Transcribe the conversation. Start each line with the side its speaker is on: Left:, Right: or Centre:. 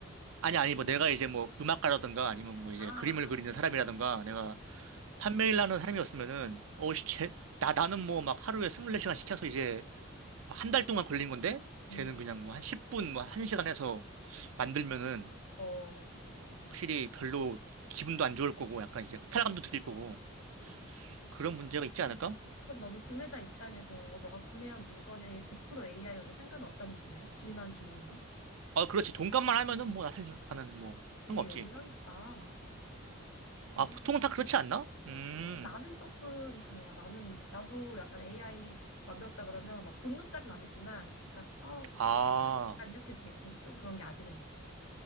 Right: 아니, 아니, 뭐 내가 이제 뭐 음악가라든가 아니면 뭐 이제
Left: 아,
Right: 그림을 그리는
Left: 안
Right: 사람이라든가 내가 판매를 하는 사람이었으면은, 어,
Left: 어,
Right: 씨, 쟤, 나, 나는 뭐 막 하루에 24시간 시켜서 이제 한 달 동안 걸린 건데,
Left: 음,
Right: 쟤는 그냥 뭐 한 10분, 뭐 한 시간 해서 만들면은
Left: 어, 그치.
Right: 확실히 별로 기분도 안 좋을 거고 약간 이제 허탈감도 느낄 거고
Left: 음,
Right: 그런 문제가 있지 않을까?
Left: 그럼 너는 구매자 입장에서 너가 구매한 물건에 100% AI여도 상관없다는 거네. 질만 좋으면.
Right: 아, 그렇지. 돈값만 하면은 뭐 사실 나는 뭐
Left: 되게
Right: 상관없지.
Left: 열려있다. 음.
Right: 아, 보통은 다 그렇지 않나? 음,
Left: 어, 나는 조금 달라. 나는, 나도 약간 AI 만들었다 그러면 막 분노까지는 아니지만 약간, 어,
Right: 아,
Left: 약간 이렇게 되- 좀, 좀 그런 게 아직은 있어.